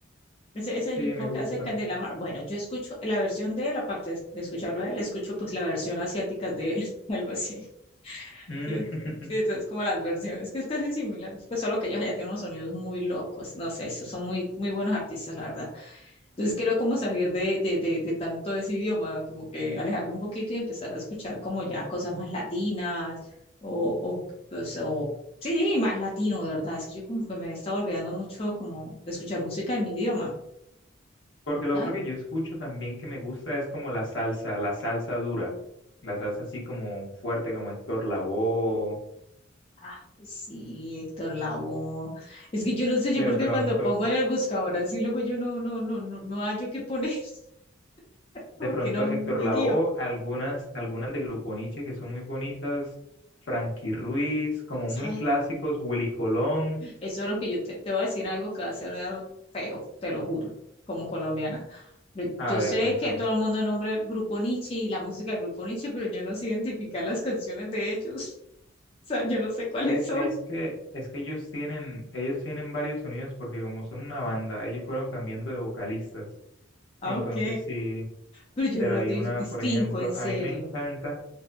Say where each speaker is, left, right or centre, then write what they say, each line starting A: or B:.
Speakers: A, on the left; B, on the left.
A: ese, ese
B: sí,
A: hip
B: me
A: hop
B: gusta.
A: que hace Kendrick Lamar, bueno, yo escucho la versión de él, aparte de, de escucharlo a él, escucho pues la versión asiática de él, <laughs> algo así,
B: Mm,
A: ¿sí me entiendes?
B: <laughs>
A: Sí, esas como las versiones, que es casi similar, pues solo que ellos allá tienen unos sonidos muy locos, no sé, esos son muy, muy buenos artistas, la verdad. Entonces quiero como salir de, de, de, de tanto ese idioma, como que alejarme un poquito y empezar a escuchar como ya cosas más latinas o, o, pues, o- sí, más latino, de verdad. Es que yo como que me he estado olvidando mucho como de escuchar música en mi idioma.
B: Porque lo
A: ¿sabes?
B: otro que yo escucho también que me gusta es como la salsa, la salsa dura, la salsa así como fuerte, como Héctor Lavoe,
A: Ay, sí, Héctor Lavoe. Es que yo no sé yo
B: de
A: porque
B: pronto,
A: cuando pongo en el buscador así luego yo no, no, no, no, no hallo qué poner, <laughs>
B: de
A: como
B: pronto
A: que no
B: Héctor
A: me
B: Lavoe,
A: guío.
B: algunas, algunas de Grupo Niche que son muy bonitas, Frankie Ruiz, como
A: ¿Sabe?
B: muy clásicos, Willy Colón.
A: Eso es lo que yo te, te voy a decir algo que va a ser feo, te lo juro, como colombiana. Pero
B: A
A: Yo
B: ver,
A: sé
B: cuéntame.
A: que todo el mundo nombra el Grupo Niche y la música del Grupo Niche, pero yo no sé identificar las canciones de ellos. <laughs> O sea, yo no sé cuáles
B: E-
A: son.
B: Es que, es que ellos tienen, ellos tienen varios sonidos porque como son una banda, ellos fueron cambiando de vocalistas.
A: Ah,
B: Entonces
A: ok.
B: sí,
A: Pero yo
B: pero
A: no los
B: hay
A: dis-
B: una,
A: distingo,
B: por ejemplo,
A: en serio.
B: a mí me encanta,